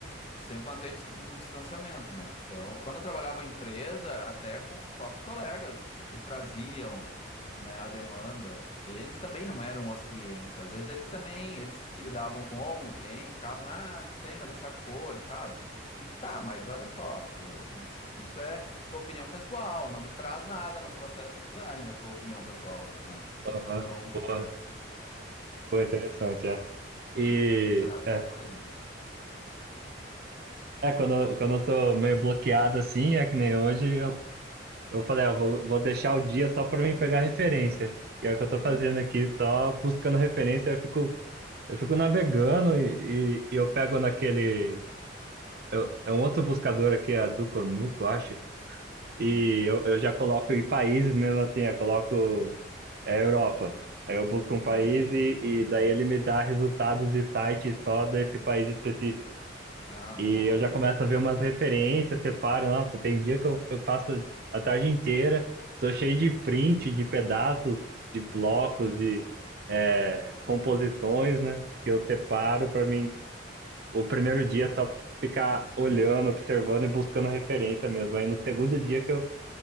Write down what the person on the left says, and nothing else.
Sempre mantém dis- um distanciamento, né? Então, quando eu trabalhava em empresa, até com os próprios colegas que traziam, né, a demanda, eles também não eram os clientes. Às vezes eles também, eles que lidavam com o cliente, ficavam, ah, não sei, mas essa cor, e tal. Eu tinha que discutir, tá, mas olha só, ah, isso, isso é tua opinião pessoal, não me traz nada num processo de design, a tua opinião pessoal, né? <laughs>
Então,
tem que filtrar essas
coisas, né?
Sim.
Hum.
Ah,
boa.
Sim.